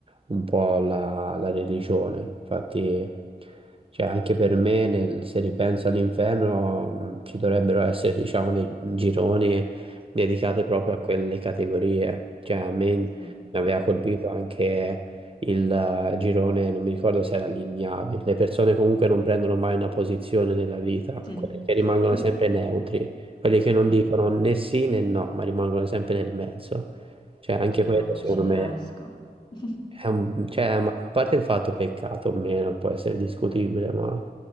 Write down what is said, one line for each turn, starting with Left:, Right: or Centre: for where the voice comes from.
Right: un po' la, la religione. Infatti, cioè, anche per me, nel- se ripenso all'inferno, mh, ci dovrebbero essere, diciamo, dei gironi dedicate proprio
Left: Sì.
Right: a quelle categorie. Cioè, a me mi
Left: sì.
Right: aveva colpito anche il eh, girone, non mi ricordo se era l'Ignavi. Le persone comunque non prendono mai una posizione nella vita,
Left: Sì,
Right: quelli che rimangono
Left: <laughs>
Right: sempre neutri, quelli che non
Left: sì,
Right: dicono né sì né no, ma rimangono sempre nel mezzo. Cioè, anche
Left: io
Right: quello
Left: non
Right: secondo
Left: ci riesco.
Right: me
Left: <laughs>
Right: è un... cioè, ma- a parte il fatto peccato o meno, può essere discutibile, ma